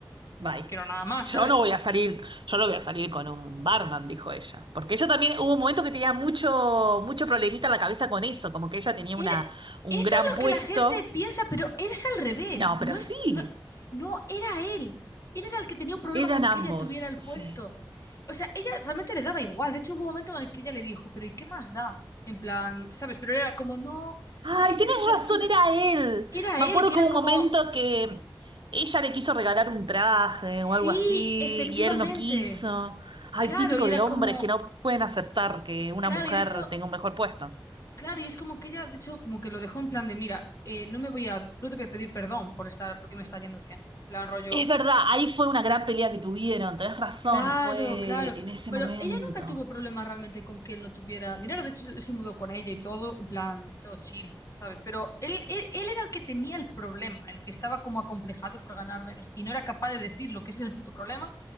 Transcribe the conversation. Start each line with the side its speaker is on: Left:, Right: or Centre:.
Right: Bye.
Left: quiero nada más,
Right: Yo
Left: ¿sabes?
Right: no voy a salir, yo no voy a salir con un barman, dijo ella. Porque ella también hubo un momento que tenía mucho, mucho problemita en la cabeza con eso, como que ella tenía
Left: Era-
Right: una, un
Left: Eso
Right: gran
Left: es lo
Right: puesto.
Left: que la gente piensa, pero eres al revés.
Right: No,
Left: No
Right: pero
Left: es,
Right: sí,
Left: no, no era él. Él era el que tenía un problema
Right: eran
Left: con
Right: ambos,
Left: que ella tuviera
Right: sí.
Left: el puesto. O sea, ella realmente le daba igual. De hecho, hubo un momento en el que ella le dijo, pero ¿y qué más da? En plan, ¿sabes? Pero era como, no,
Right: Ay,
Left: es que tienes
Right: tienes
Left: que salir
Right: razón,
Left: con...
Right: era él.
Left: Era
Right: Me
Left: él,
Right: acuerdo
Left: que
Right: que
Left: era
Right: hubo un
Left: como,
Right: momento que ella le quiso regalar un traje
Left: sí,
Right: o algo así,
Left: efectivamente.
Right: y él no quiso. Ay,
Left: Claro,
Right: típico
Left: y era
Right: de hombres
Left: como,
Right: que no pueden aceptar que una
Left: claro,
Right: mujer
Left: y de hecho,
Right: tenga un mejor puesto.
Left: claro, y es como que ella, de hecho, como que lo dejó en plan de, mira, eh, no me voy a, no te voy a pedir perdón por estar, porque me está yendo bien. En plan rollo,
Right: Es verdad, ahí fue una gran pelea que tuvieron, tenés razón,
Left: claro,
Right: fue
Left: claro.
Right: en ese
Left: Pero
Right: momento.
Left: ella nunca tuvo problemas realmente con que él no tuviera dinero. De hecho, él se mudó con ella y todo, en plan, todo chill, ¿sabes? Pero él, él, él era el que tenía el problema, el que estaba como acomplejado por ganar menos y no era capaz de decirlo, que ese es el puto problema